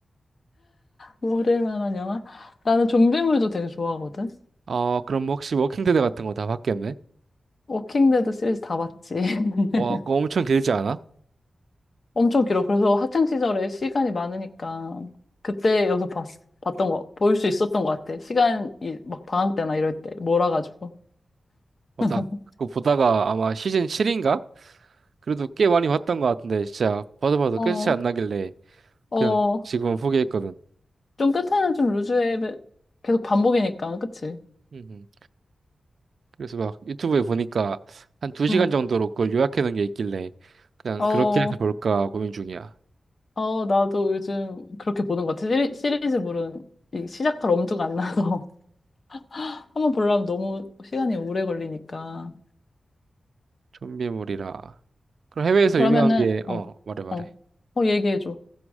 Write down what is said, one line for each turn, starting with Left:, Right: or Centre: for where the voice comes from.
Left: 뭐 그럴 만한 영화? 나는 좀비물도 되게 좋아하거든.
Right: 아 그럼 혹시 워킹 데드 같은 거 다 봤겠네?
Left: 워킹데드 시리즈 다 봤지. <laughs>
Right: 와 그거 엄청 길지 않아?
Left: 엄청 길어. 그래서 학창 시절에 시간이 많으니까 그때 여기서 봤, 봤던 거, 볼 수 있었던 것 같아. 시간이 막 방학 때나 이럴 때 몰아가지고.
Right: 어,
Left: <laughs>
Right: 나 그거 보다가 아마 시즌 7인가? 그래도 꽤 많이 봤던 것 같은데 진짜 봐도 봐도
Left: 어,
Right: 끝이 안 나길래
Left: 어,
Right: 그냥 지금은 포기했거든.
Left: 좀 끝에는 좀 루즈해 계속 반복이니까, 그치?
Right: 음, 그래서 막 유튜브에 보니까 한 2시간
Left: 응.
Right: 정도로 그걸 요약해 놓은 게 있길래 그냥
Left: 어.
Right: 그렇게 해서 볼까 고민 중이야.
Left: 어, 나도 요즘 그렇게 보는 것 같아. 시리, 시리즈물은 이 시작할 엄두가 안 나서. <laughs> 한번 보려면 너무 시간이 오래 걸리니까.
Right: 좀비물이라. 그럼 해외에서
Left: 그러면은,
Right: 유명한 게, 어,
Left: 어,
Right: 말해 말해.
Left: 어, 어, 얘기해줘.